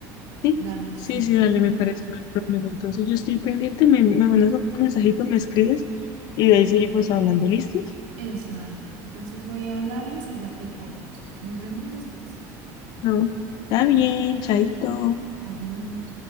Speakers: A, on the left (about 50°); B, on the right (about 80°).
A: Sí,
B: Dale, sí,
A: sí, sí, dale, me parece no hay problema. Entonces yo estoy pendiente, me, me mandas un mensajito, me escribes y de ahí seguimos hablando, ¿listos?
B: eso, dale. Entonces voy a hablarles y ya te cuento. Nos vemos después.
A: No, está bien, chaito.
B: Adiós.